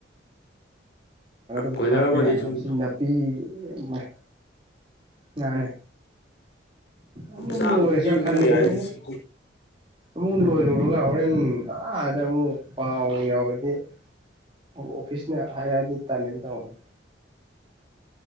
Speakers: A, on the right; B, on the left.
A: ꯑꯗꯨꯝ
B: ꯀꯣꯏꯂꯔ
A: ꯊꯥꯛꯄ
B: ꯑꯃꯅꯤ
A: ꯌꯥꯏꯕ
B: ꯁꯨꯝ
A: ꯁꯤ ꯅꯥꯄꯤ ꯑꯃ ꯉꯥꯅꯦ ꯑꯃ
B: ꯆꯥ ꯑꯗꯨꯝ
A: ꯂꯁꯥ
B: ꯂꯦꯝꯕꯗꯨꯝ
A: ꯈꯜꯂꯦꯗ
B: ꯌꯥꯏꯅ ꯁꯨꯝ
A: ꯑꯃꯨꯛ ꯂꯣꯏꯔꯨꯔꯒ ꯍꯣꯔꯦꯟ ꯑꯥꯗ ꯑꯃꯨꯛ ꯄꯥꯎ ꯌꯥꯎꯔꯗꯤ ꯑꯣꯐꯤꯁꯅ ꯍꯥꯏꯔꯛꯑꯗꯤ ꯇꯥꯂꯦꯟ ꯇꯧꯅꯤ